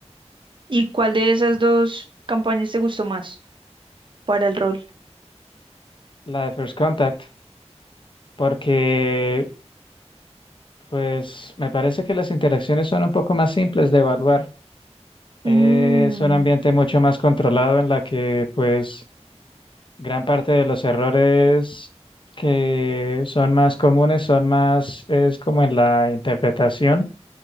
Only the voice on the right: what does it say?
¿Y cuál de esas dos campañas te gustó más para el rol?
Mm,